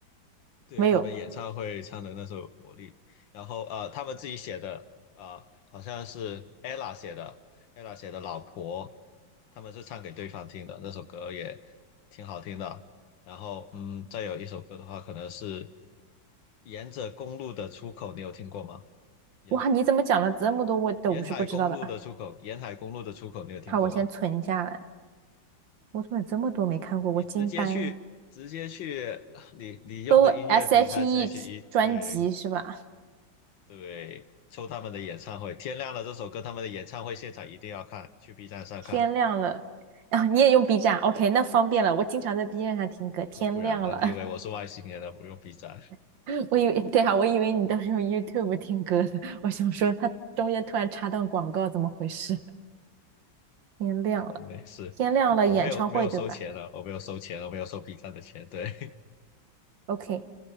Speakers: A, on the left (about 75°); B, on the right (about 75°).
A: 对他们演唱会唱的那首《魔力》，
B: 没有，
A: 然后呃，他们自己写的，呃，好像是 ella 写的，ella 写的《老婆》，他们是唱给对方听的，那首歌也挺好听的。然后嗯，再有一首歌的话，可能是沿着公路的出口，你有听过吗？沿
B: 哇，你怎么讲了这么多我都是不知道的？
A: 沿海公路的出口，沿海公路的出口，你有听过吗？
B: <laughs> 好，我先存下来，我怎么有这么多没看过？
A: 你直接去，
B: 我惊呆了，
A: 直接去你你用的音乐平台是
B: 都 S.H.E
A: h E
B: 专辑是吧？
A: 对对，抽他们的演唱会，天亮了这首歌他们的演唱会现场一定要看，去 B 站上看，
B: 天亮了，<laughs> 啊！你也用 B 站，OK，那方便了，我经常在 B 站上听歌，天亮了，
A: 那不然呢？你以为我是外星人了？不用 B 站，
B: <laughs> 我以为对啊，我以为你都是用 YouTube 听歌的，
A: <laughs>
B: 我想说它中间突然插段广告，怎么回事？天亮了，
A: 没事，
B: 天亮了，
A: 我没有没有收钱了，
B: 演唱会对吧
A: 我没有收钱了，我没有收 B 站的钱，对，
B: ？OK，